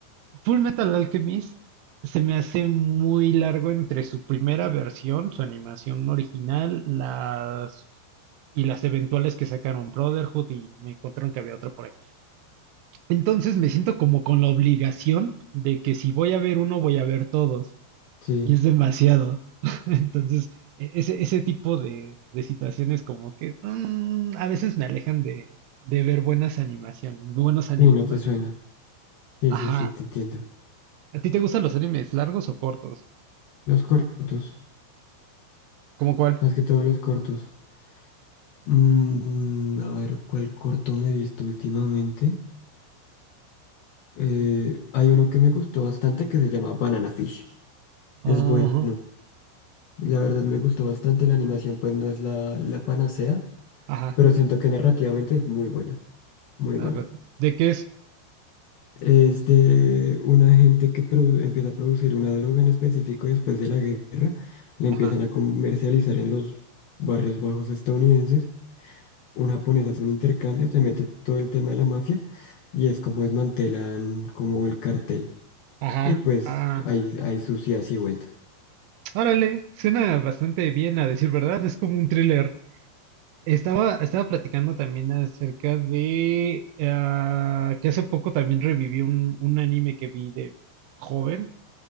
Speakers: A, on the right; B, on the left.
A: Full Metal Alchemist se me hace muy largo entre su primera versión, su animación original, las y las eventuales que sacaron Brotherhood y me encontraron que había otra por ahí. Entonces me siento como con la obligación de que si voy a ver uno, voy a ver todos.
B: Sí,
A: Y es demasiado. <laughs> Entonces, e- ese, ese tipo de, de situaciones como que mm, a veces me alejan de, de ver buenas animaciones, buenos animes
B: sí, no te
A: más
B: suena.
A: bien.
B: Sí,
A: Ajá.
B: sí, sí, te entiendo.
A: ¿A ti te gustan los animes largos o cortos?
B: Los cortos,
A: ¿Cómo cuál?
B: más que todo los cortos. Mm, mm, a ver, ¿cuál corto me he visto últimamente? Eh, hay uno que me gustó bastante que se llama Banana Fish.
A: Ajá,
B: Es bueno. La verdad me gustó bastante la animación, pues no es la, la panacea,
A: ajá.
B: pero siento que narrativamente es muy buena, muy
A: narra-
B: buena.
A: ¿De qué es?
B: Es de una gente que produ- empieza a producir una droga en específico después de la guerra, la empiezan
A: Ajá,
B: a comercializar en los barrios bajos estadounidenses, un japonés hace un intercambio, se mete todo el tema de la mafia y es como desmantelan como el cartel.
A: ajá,
B: Y pues
A: ah.
B: hay, hay sucias y vueltas.
A: Órale, suena bastante bien a decir verdad, es como un thriller. Estaba, estaba platicando también acerca de ah, que hace poco también reviví un, un anime que vi de joven,